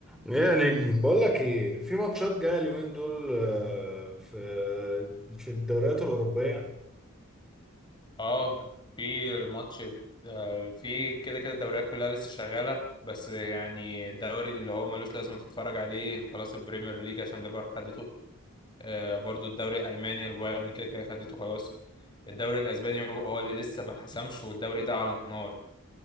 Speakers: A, in the centre; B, on the left (about 20°).
A: يا نجم بقول لك ايه في ماتشات جايه اليومين دول آه، في في الدوريات الاوروبيه
B: اه في الماتش آه، في كده كده الدوريات كلها لسه شغالة بس يعني الدوري اللي هو ملوش لازمة تتفرج عليه خلاص البريمير ليج عشان ليفر خدته آه، برضو الدوري الألماني البايرن كده كده خدته خلاص الدوري الأسباني هو هو اللي لسه ما اتحسمش والدوري ده على النار